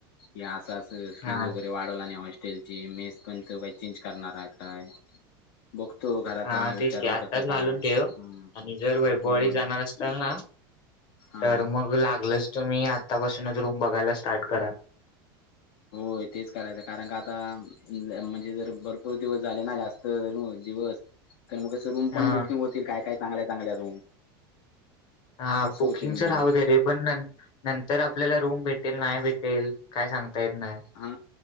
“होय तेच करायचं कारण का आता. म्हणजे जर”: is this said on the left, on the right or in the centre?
Left